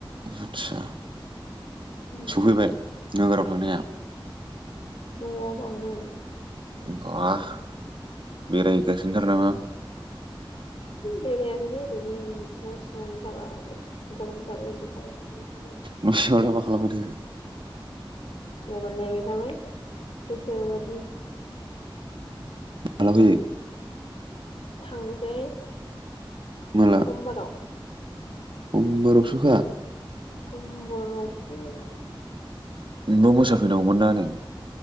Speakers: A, on the right; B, on the left.
A: आतसा
B: दङ
A: सफैबाय नोगोराव थांनाया
B: दङ बावनो
A: <unintelligible> बेरायगासिनो थार नामा
B: बेरायाखैनो ओरैनो न' सिङावनो थाबा दे गरम थार ग <unintelligible>
A: न' सिङावलाय मा खालामबाय थाखो
B: मबाइल नायबाय थाबाय गोसोबादि
A: मालखौयो <unintelligible>
B: थांनोसै
A: माला
B: समबाराव
A: समबारावसोखा
B: समबारावसो
A: न' मोसाफैनांगौमोन ना नै